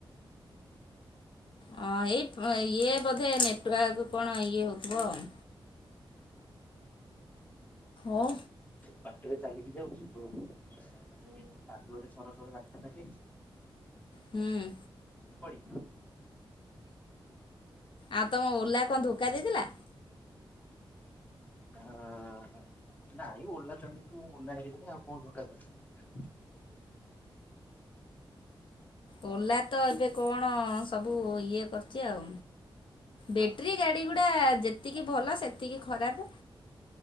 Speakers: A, on the left; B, on the left.
A: ହଁ ଏଇ ଇଏ ବୋଧେ ନେଟୱାର୍କ କଣ ଇଏ ହେଉଥିବ ଆଉ। ଓ।
B: ବାଟରେ ଚାଲିକି ଯାଉଛି ମାନେ କାଦୁଅରେ ସରସର ଗାା ଫାଇଛି
A: ହୁଁ।
B: ପଡ଼ି।
A: ଆଉ ତମ ଓଲା କଣ ଧୋକା ଦେଇଦେଲା?
B: ହ ନାଇଁ ଓଲାଛନ୍ତି ତୁ ଓନା ହେଥିଲନି ଆଉ କଣ ଧୋକା ଦଵୁ
A: ଓଲା ତ ଏବେ କଣ ସବୁ ଇଏ କରିଛି ଆଉ।
B: ହଁ।
A: ବେଟ୍ରି ଗାଡି ଗୁ ା ଯେତିକି ଭଲ ସେତିକି ଖରାପ